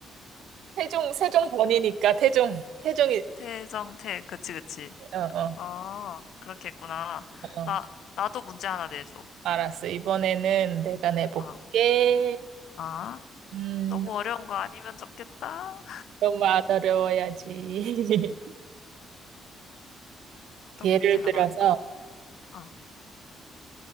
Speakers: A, on the right; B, on the left.
A: 태종, 세종 번이니까 태종. 태종이.
B: 태종 태 그치, 그치.
A: 어, 어,
B: 어, 그렇게 했구나.
A: 어.
B: 나, 나도 문제 하나 내줘.
A: 알았어. 이번에는 내가 내볼게.
B: 아, 아,
A: 음,
B: 너무 어려운 거 아니면 좋겠다.
A: 너무 안 어려워야지.
B: 어떤
A: <laughs> 예를
B: 문제가
A: 들어서,
B: 나올까? 아,